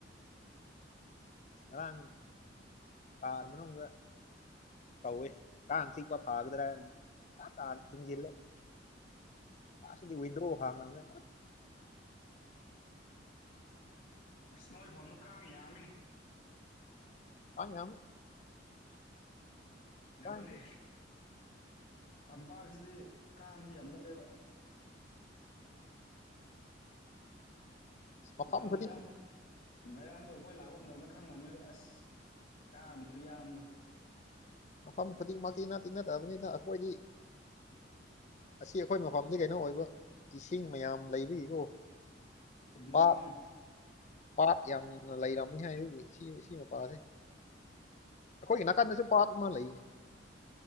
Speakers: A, on the left; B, on the left.
A: ꯉꯔꯥꯡ ꯀꯥꯔ ꯃꯅꯨꯡꯗ ꯀꯧꯋꯦ ꯀꯥꯡ ꯆꯤꯛꯄ ꯐꯒꯗ꯭ꯔ ꯐꯒꯗ꯭ꯔ ꯍꯥꯏꯔ ꯀꯥꯟ <unintelligible> ꯉꯁꯤꯗꯤ ꯋꯤꯟꯗ꯭ꯔꯣ ꯍꯥꯡꯂꯥꯃꯦ
B: ꯑꯁ ꯅꯣꯏꯐꯝꯗꯨꯣ ꯀꯥꯡ ꯌꯥꯝꯃꯤꯅꯤ
A: ꯑꯩ ꯌꯥꯝ ꯀꯥꯡ
B: ꯑꯗꯨꯅꯦ ꯇꯝꯄꯥꯛꯁꯤꯗꯤ ꯀꯥꯡꯁꯤ ꯌꯥꯝꯒꯜꯂꯦꯕ
A: ꯃꯐꯝ
B: ꯅꯍꯥꯟ
A: ꯈꯨꯗꯤꯡ
B: ꯅ ꯌꯥꯝ ꯅꯌꯥꯝꯕ ꯑꯩꯈꯣꯏ ꯂꯥꯛꯄ ꯃꯇꯝꯗ ꯈꯪꯂꯝꯃꯦꯕ ꯑꯁ ꯀꯥꯡ ꯈꯨꯌꯥꯝꯗꯣ
A: ꯃꯐꯝ ꯈꯨꯗꯤꯡꯃꯛꯇꯤ ꯅ ꯇꯤ ꯅꯗꯕꯅꯤꯅ ꯑꯩꯈꯣꯏꯗꯤ ꯑꯁꯤ ꯑꯩꯈꯣꯏ ꯃꯐꯝꯗꯤ ꯀꯩꯅꯣ ꯑꯣꯏꯕ ꯏꯁꯤꯡ ꯃꯌꯥꯝ ꯂꯩꯕꯒꯤꯀꯣ
B: ꯐꯨꯠꯅꯤꯡꯒꯤꯅꯅꯦꯅꯦ
A: ꯄꯥꯠ ꯄꯥꯠ ꯌꯥꯝꯅ ꯂꯩꯔꯝꯅꯤ ꯍꯥꯏ ꯑꯗꯨꯅꯤ ꯁꯤ ꯁꯤ ꯃꯄꯥꯁꯦ ꯑꯩꯈꯣꯏꯒꯤ ꯅꯥꯀꯟꯗꯁꯨ ꯄꯥꯠ ꯑꯃ ꯂꯩꯌꯦ